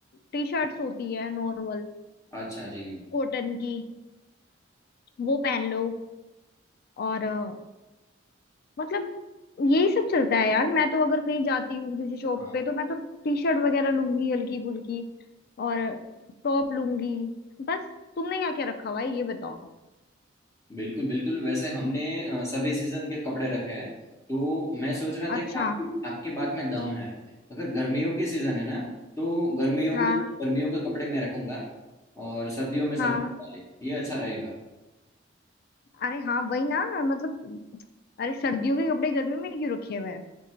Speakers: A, on the left; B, on the left.
A: टी शर्ट्स होती है नॉर्मल
B: अच्छा जी
A: कॉटन की वो पहन लो और अ, मतलब यही सब चलता है यार मैं तो अगर कहीं जाती हूँ किसी शॉप
B: हाँ
A: पे तो मैं तो टी शर्ट वगैरह लूंगी हल्की फुल्की और टॉप लूंगी बस तुमने क्या क्या रखा हुआ है ये बताओ
B: बिल्कुल बिल्कुल वैसे हमने अ, सभी सीजन के कपड़े रखे हैं तो मैं सोच रहा था
A: अच्छा
B: कि आपकी आपकी बात में दम है अगर गर्मियों की सीजन है ना तो गर्मियों
A: हाँ
B: में गर्मियों के कपड़े मैं रखूंगा और सर्दियों में सर्दियों
A: हाँ
B: वाले ये अच्छा रहेगा
A: अरे हाँ वही ना मतलब अरे सर्दियों के कपड़े गर्मी में क्यों रखे हुए हैं